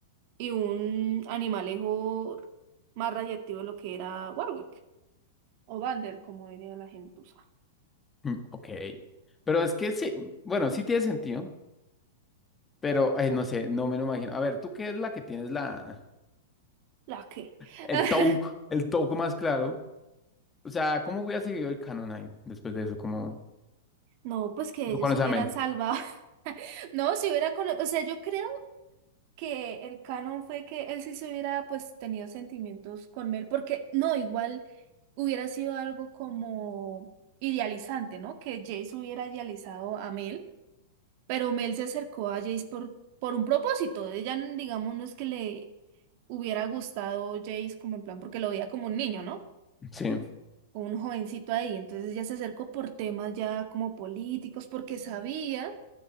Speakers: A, on the right; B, on the left.
A: y un animalejo más radiactivo de lo que era Warwick. O Vander, como diría la gentuza.
B: Mm, Ok. Pero es que sí, bueno, sí tiene sentido, pero ay, no sé, no me lo imagino. A ver, ¿tú qué es la que tienes la...
A: ¿La qué
B: El
A: <laughs>
B: Touk, el Touk más claro. O sea, ¿cómo hubiera seguido el canon ahí después de eso? Como
A: No, pues que
B: no
A: ellos
B: conoce
A: hubieran
B: a Mel.
A: salvado. <laughs> No, si hubiera cono- o sea, yo creo que el canon fue que él sí se hubiera pues tenido sentimientos con Mel, porque no, igual hubiera sido algo como idealizante, ¿no? Que Jace hubiera idealizado a Mel Pero Mel se acercó a Jace por, por un propósito. Ella, digamos, no es que le hubiera gustado Jace como en plan, porque lo veía como un niño, ¿no?
B: Sí.
A: Como un jovencito ahí. Entonces ella se acercó por temas ya como políticos, porque sabía